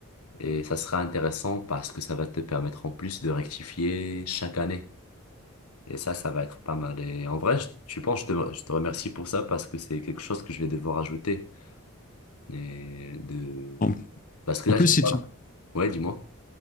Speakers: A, on the left (about 85°); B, on the left (about 35°).
A: Et ça sera intéressant parce que ça va te permettre en plus de rectifier chaque année. Et ça, ça va être pas mal. Et en vrai, je, je pense, je te, je te remercie pour ça parce que c'est quelque chose que je vais devoir ajouter. Et de...
B: En,
A: Parce que
B: en
A: là,
B: plus,
A: je-
B: c'est une
A: ouais, dis-moi.